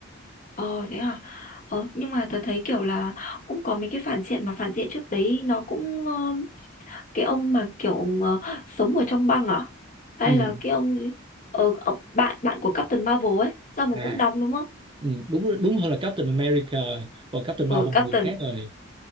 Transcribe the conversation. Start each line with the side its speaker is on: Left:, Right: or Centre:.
Left: Ờ thế à Ờ nhưng mà tớ thấy kiểu là cũng có mấy cái phản diện mà phản diện trước đấy nó cũng ờ, cái ông mà kiểu ờ, sống ở trong băng à hay
Right: Ừ.
Left: là cái ông gì ờ ông- bạn bạn của Captain Marvel ấy sao mà
Right: À,
Left: cũng đóng đúng không?
Right: ừ. đúng đúng hơn là Captain America còn Captain
Left: Ờ
Right: Marvel
Left: Captain
Right: là người khác rồi